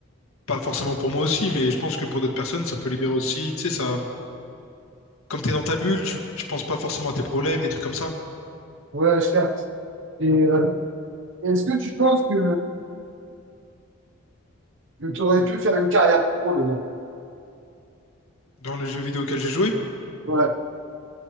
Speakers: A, on the left; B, on the right.
A: pas forcément pour moi aussi, mais je pense que pour d'autres personnes, ça peut libérer aussi. Tu sais, ça, comme t'es dans ta bulle, tu, tu penses pas forcément à tes problèmes, des trucs comme ça.
B: ouais, je capte. Et euh, est-ce que tu penses que, que tu aurais pu faire une carrière pro dedans?
A: Dans les jeux vidéo auxquels j'ai joué,
B: Ouais.